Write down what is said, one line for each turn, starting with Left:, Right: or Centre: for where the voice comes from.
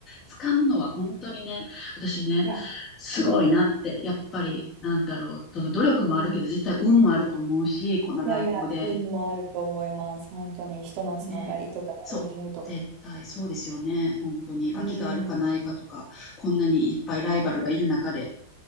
Left: つかむのは本当にね、私ね、
Right: いや、本
Left: すごいなって、
Right: 当に。
Left: やっぱり、なんだろう、その努力もあるけど、
Right: うん、い
Left: 実際運もあると思うし、こんな外国で
Right: やいや、運もあると思います。本当に人のつながりとかタイミングとか。
Left: ね。そう。絶対そうですよね。本当に。空きがあるかないかとか、
Right: うん。
Left: こんなにいっぱいライバルがいる中で。